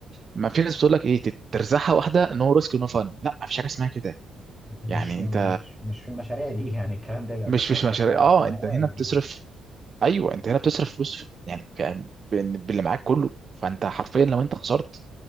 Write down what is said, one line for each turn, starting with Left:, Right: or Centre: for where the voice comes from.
Right: ما في ناس بتقول لك ايه تت- ترزحها واحده نو ريسك نو فن لا مفيش حاجه اسمها كده
Centre: مش
Right: يعني
Centre: مش
Right: انت
Centre: مش في المشاريع دي <laughs> يعني الكلام ده بيبقى
Right: مش
Centre: في السفر
Right: مش مشاريع
Centre: بقى
Right: اه
Centre: بتاع
Right: انت
Centre: اه
Right: هنا
Centre: يعني
Right: بتصرف ايوه انت هنا بتصرف فلوس في- يعني في- بال- باللي معاك كله فانت حرفيا لو انت خسرت